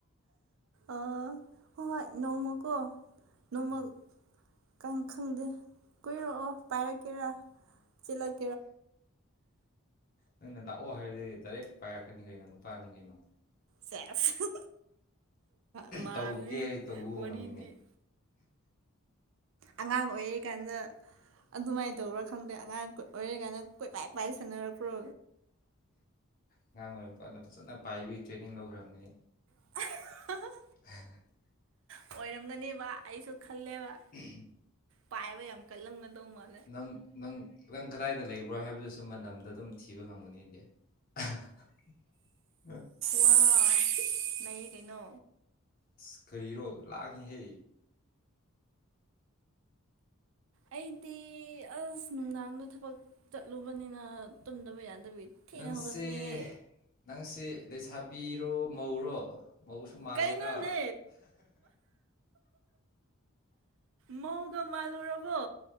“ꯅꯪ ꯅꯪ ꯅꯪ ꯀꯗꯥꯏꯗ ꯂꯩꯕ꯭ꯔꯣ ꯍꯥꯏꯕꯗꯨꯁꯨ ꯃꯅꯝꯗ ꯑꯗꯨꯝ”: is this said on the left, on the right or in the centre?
Left